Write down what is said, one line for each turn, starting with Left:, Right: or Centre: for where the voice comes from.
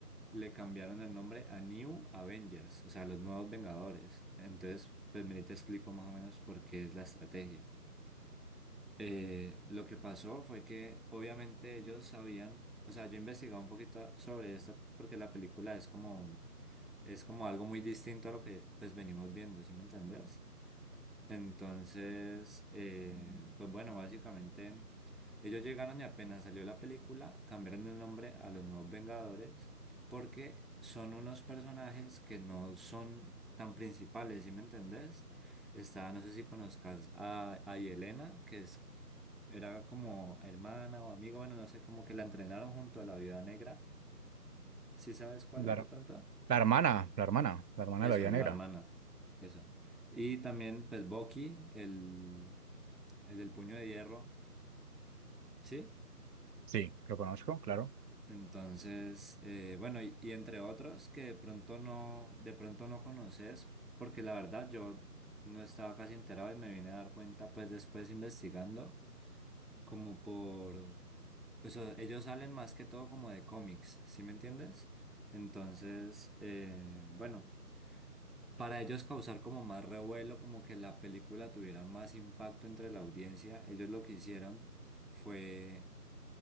Centre: le cambiaron el nombre a New Avengers, o sea, los nuevos Vengadores. Entonces, pues vení, te explico más o menos por qué es la estrategia. Eh, lo que pasó fue que obviamente ellos sabían, o sea, yo investigaba un poquito sobre esto porque la película es como, es como algo muy distinto a lo que pues venimos viendo, ¿sí me entendés? Entonces, eh, pues bueno, básicamente ellos llegaron y apenas salió la película, cambiaron el nombre a los Nuevos Vengadores porque son unos personajes que no son tan principales, ¿sí me entendés? Está, no sé si conozcas a, a Yelena, que es, era como hermana o amiga, bueno, no sé, como que la entrenaron junto a la Viuda Negra. ¿Sí sabes cuál
Right: Claro.
Centre: es de pronto?
Right: La hermana, la hermana, la hermana
Centre: Eso,
Right: de la Vida
Centre: la
Right: Negra.
Centre: hermana, eso. Y también, pues, Bucky, el... el del puño de hierro, ¿sí?
Right: Sí, lo conozco, claro.
Centre: Entonces, eh, bueno, y, y entre otros que de pronto no, de pronto no conoces, porque la verdad yo no estaba casi enterado y me vine a dar cuenta pues después investigando, como por eso, ellos salen más que todo como de cómics, ¿sí me entiendes? Entonces, eh, bueno, para ellos causar como más revuelo, como que la película tuviera más impacto entre la audiencia, ellos lo que hicieron fue